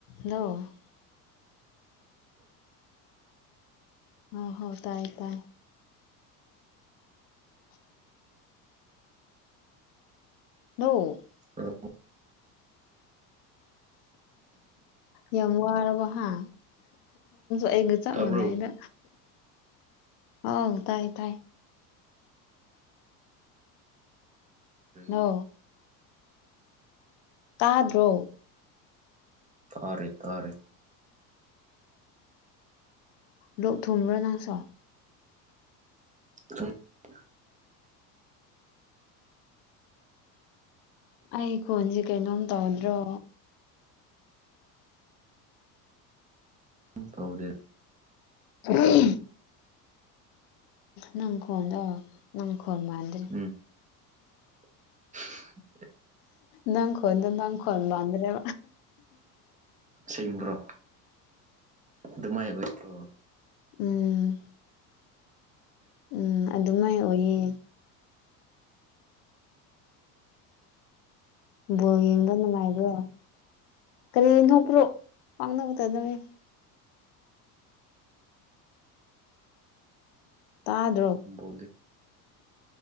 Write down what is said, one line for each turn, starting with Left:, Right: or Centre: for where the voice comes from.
Left: ꯅꯣ ꯑ ꯍꯣ ꯇꯥꯏ ꯇꯥꯏ ꯅꯧ
Right: ꯍꯜꯂꯣ
Left: ꯌꯃꯔꯔꯕ ꯍꯥ ꯑꯩꯒ ꯆꯞ
Right: ꯇꯥꯕ꯭ꯔꯣ
Left: ꯃꯗꯥ ꯑꯩꯗ ꯍꯥꯎ ꯇꯥꯏ ꯇꯥꯏ
Right: ꯇꯦ
Left: ꯍꯜꯂꯣ ꯇꯥꯗ꯭ꯔꯣ
Right: ꯊꯥꯔꯦ ꯊꯥꯔꯦ
Left: ꯂꯣꯛ ꯊꯨꯝꯕ꯭ꯔꯣ ꯅꯪꯁꯣ
Right: ꯎ
Left: ꯑꯩ ꯀꯣꯟꯁꯦ ꯀꯩꯅꯣꯝ ꯇꯧꯗ꯭ꯔꯣ
Right: ꯇꯧꯗꯦ
Left: ꯎꯝ ꯅꯪ ꯀꯣꯟꯗꯣ ꯅꯪ ꯀꯣꯟꯣꯟ ꯃꯥꯥꯟꯗ꯭ꯔꯦ
Right: ꯎꯝ <unintelligible>
Left: ꯅꯪ ꯈꯟ ꯅꯪ ꯈꯣꯟꯕꯗ꯭ꯔꯦ
Right: ꯁꯦꯡꯕ꯭ꯔꯣ ꯑꯗꯨꯃꯥꯏ ꯑꯣꯏ꯭ꯔꯣ
Left: ꯎꯝ ꯎꯝ ꯑꯗꯨꯃꯥꯏ ꯑꯣꯏꯌꯦ ꯕꯣ ꯌꯦꯡꯕ ꯅꯨꯡꯉꯥꯏꯕ꯭ꯔꯣ ꯀꯔꯤꯊꯣꯛꯄ꯭ꯔꯣ ꯄꯥꯡꯅꯕꯗꯗꯅꯤ ꯇꯥꯗ꯭ꯔꯣ
Right: ꯣꯂꯤ